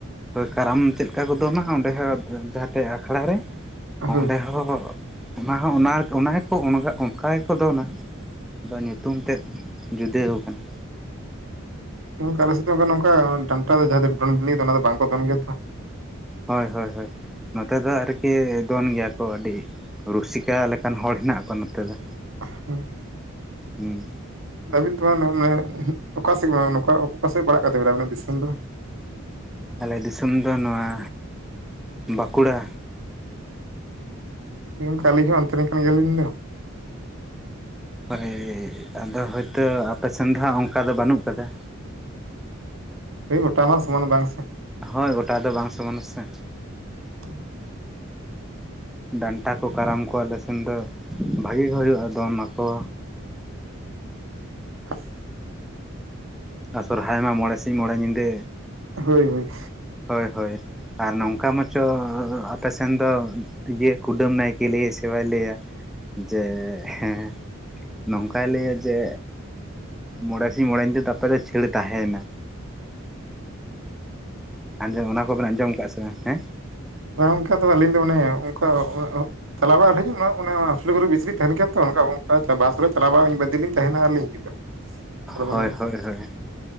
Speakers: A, in the centre; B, on the right (about 70°).
A: ᱦᱳᱭ ᱠᱟᱨᱟᱢ ᱪᱮᱫ ᱞᱮᱠᱟ ᱠᱚ ᱫᱚᱱᱟ ᱚᱸᱰᱮ ᱦᱚ ᱡᱟᱦᱟᱸ ᱴᱤᱡ ᱟᱠᱷᱲᱟ ᱨᱮ
B: ᱦᱳᱭ
A: ᱚᱸᱰᱮ ᱦᱚᱸ ᱚᱱᱟᱦᱚᱸ ᱚᱱᱟ ᱚᱱᱟᱜᱮᱠᱚ ᱚᱱᱠᱟ ᱚᱱᱠᱟᱜᱮᱠᱚ ᱫᱚᱱᱟ᱾ ᱟᱫᱚ ᱧᱩᱛᱩᱢ ᱛᱮᱫ ᱡᱩᱫᱟᱹᱣ ᱠᱟᱱᱟ᱾
B: ᱦᱚᱭ ᱜᱚᱝᱠᱮ ᱟᱞᱮᱥᱮᱜ ᱫᱚ ᱱᱚᱝᱠᱟ ᱰᱟᱱᱴᱟ ᱫᱚ ᱡᱟᱦᱟᱸ ᱫᱚᱱ ᱚᱱᱟ ᱫᱚ ᱵᱟᱝᱠᱚ ᱫᱚᱱ ᱜᱮᱭᱟ ᱛᱚ᱾
A: ᱦᱳᱭ ᱦᱳᱭ ᱦᱳᱭ, ᱱᱚᱛᱮ ᱫᱚ ᱟᱨᱠᱤ ᱫᱚᱱ ᱜᱮᱭᱟ ᱠᱚ ᱟᱹᱰᱤ ᱨᱩᱥᱤᱠᱟ ᱞᱮᱠᱟᱱ ᱦᱚᱲ ᱦᱮᱱᱟᱜ ᱠᱚᱣᱟ ᱱᱚᱛᱮ ᱫᱚ᱾
B: ᱦᱮᱸ,
A: ᱦᱩᱸ
B: ᱟᱹᱵᱤᱱ ᱛᱟᱱᱮ ᱢᱟᱱᱮ ᱚᱠᱟᱥᱮᱜ ᱚᱠᱟ ᱚᱠᱟᱥᱮᱜ ᱯᱟᱲᱟᱜ ᱠᱟᱱ ᱛᱟᱹᱵᱤᱱᱟ ᱟᱹᱵᱤᱱᱟᱜ ᱫᱤᱥᱚᱢ ᱫᱚ?
A: ᱟᱞᱮ ᱫᱤᱥᱚᱢ ᱫᱚ ᱱᱚᱣᱟ ᱵᱟᱸᱠᱩᱲᱟ᱾
B: ᱦᱚᱭ ᱜᱚᱝᱠᱮ ᱟᱞᱤᱧ ᱦᱚᱸ ᱚᱱᱛᱮᱨᱮᱱ ᱠᱟᱱ ᱜᱮᱭᱟᱞᱤᱧ ᱫᱚ᱾
A: ᱦᱳᱭ ᱦᱳᱭ ᱦᱳᱭ ᱟᱫᱚ ᱦᱚᱭᱛᱚ ᱟᱯᱮᱥᱮᱱ ᱫᱚ ᱦᱟᱸᱜ ᱚᱝᱠᱟ ᱫᱚ ᱵᱟᱹᱱᱩᱜ ᱠᱟᱫᱟ,
B: ᱦᱮᱸ ᱜᱚᱴᱟᱢᱟᱞ ᱥᱚᱢᱟᱱ ᱵᱟᱝ ᱥᱮ,
A: ᱦᱳᱭ ᱜᱚᱴᱟ ᱫᱚ ᱵᱟᱝ ᱥᱚᱢᱟᱱᱟ ᱥᱮ᱾
B: ᱩᱸ,
A: ᱰᱟᱱᱴᱟ ᱠᱚ ᱠᱟᱨᱟᱢ ᱠᱚ ᱟᱞᱮ ᱥᱮᱱ ᱫᱚ ᱵᱷᱟᱹᱜᱤ ᱜᱮ ᱦᱩᱭᱩᱜᱼᱟ ᱫᱚᱱ ᱱᱟᱠᱚ᱾
B: <inaudible>
A: ᱟᱨ ᱥᱚᱨᱦᱟᱭ ᱢᱟ ᱢᱚᱬᱮ ᱥᱤᱧ ᱢᱚᱬᱮ ᱧᱤᱫᱟᱹ
B: ᱦᱚᱭ ᱦᱚᱭ,
A: ᱦᱳᱭ ᱦᱳᱭ ᱟᱨ ᱱᱚᱝᱠᱟ ᱢᱟᱪᱚ ᱟᱯᱮᱥᱮᱱ ᱫᱚ ᱤᱭᱟᱹ ᱠᱩᱰᱟᱹᱢ ᱱᱟᱭᱠᱮ ᱞᱟᱹᱭᱟᱭ ᱥᱮ ᱵᱟᱭ ᱞᱟᱹᱭᱟ ᱡᱮ ᱦᱮᱸ ᱱᱚᱝᱠᱟᱭ ᱞᱟᱹᱭᱟ ᱡᱮ ᱢᱚᱬᱮ ᱥᱤᱧ ᱢᱚᱬᱮ ᱧᱤᱫᱟᱹ ᱫᱟᱛᱟᱞᱮ ᱪᱷᱟᱹᱲ ᱛᱟᱦᱮᱸᱭ ᱱᱟ᱾ ᱟᱸᱡᱚᱢ ᱚᱱᱟ ᱠᱚᱵᱮᱱ ᱟᱸᱡᱚᱢ ᱠᱟᱜᱼᱟ ᱥᱮ ᱵᱟᱝ? ᱦᱮᱸ
B: ᱦᱚᱭ ᱜᱚᱝᱠᱮ ᱛᱚᱵᱮ ᱟᱹᱞᱤᱧ ᱫᱚ ᱢᱟᱱᱮ ᱚᱝᱠᱟ ᱚᱜᱼᱚᱜ ᱪᱟᱞᱟᱣ ᱵᱟᱲᱟ ᱦᱤᱡᱩᱜ ᱚᱱᱟ ᱚᱱᱟ ᱥᱤᱞᱤᱜᱩᱨᱤ ᱵᱤᱥᱨᱤ ᱛᱟᱦᱮᱸᱱ ᱜᱮᱭᱟ ᱛᱚ ᱚᱝᱠᱟ ᱚᱝᱠᱟ ᱵᱟᱥ ᱨᱮ ᱪᱟᱞᱟᱣ ᱵᱟᱲᱟ ᱵᱟᱨ ᱫᱤᱱ ᱞᱤᱧ ᱛᱟᱦᱮᱸᱱᱟ ᱟᱨᱞᱤᱧ ᱦᱤᱡᱩᱜᱼᱟ᱾ ᱟᱫᱚ
A: ᱦᱳᱭ
B: ᱢᱟᱱᱮ
A: ᱦᱳᱭ ᱦᱳᱭ ᱦᱮᱸ,